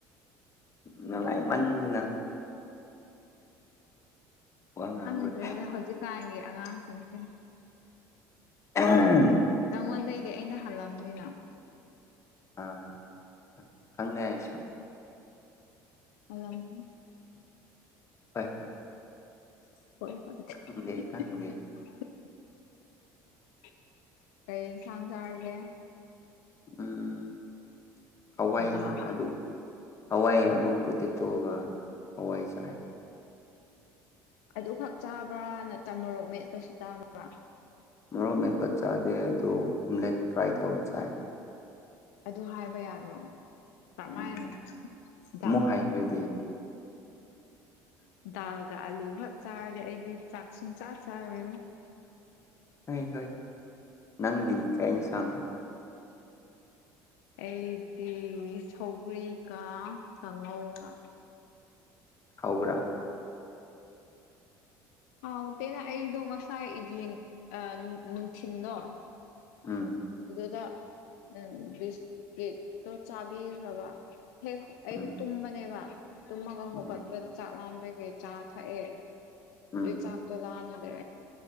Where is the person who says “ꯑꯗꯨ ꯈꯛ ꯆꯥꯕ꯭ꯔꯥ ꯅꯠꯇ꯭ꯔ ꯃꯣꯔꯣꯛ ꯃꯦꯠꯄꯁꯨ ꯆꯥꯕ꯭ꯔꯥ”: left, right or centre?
Left